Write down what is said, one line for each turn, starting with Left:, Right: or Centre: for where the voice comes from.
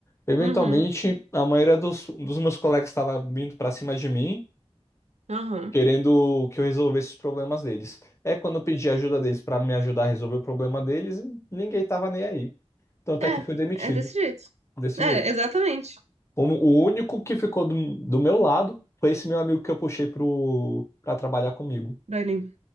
Left: Eventualmente,
Right: Uhum,
Left: a maioria dos, dos meus colegas estava vindo para cima de mim,
Right: aham.
Left: querendo que eu resolvesse os problemas deles. É quando eu pedi a ajuda deles para me ajudar a resolver o problema deles, ninguém estava nem aí. Tanto
Right: É,
Left: é que eu fui demitido
Right: é desse jeito.
Left: desse
Right: É,
Left: jeito.
Right: exatamente,
Left: O, o único que ficou do, do meu lado foi esse meu amigo que eu puxei pro, pra trabalhar comigo.
Right: Dani.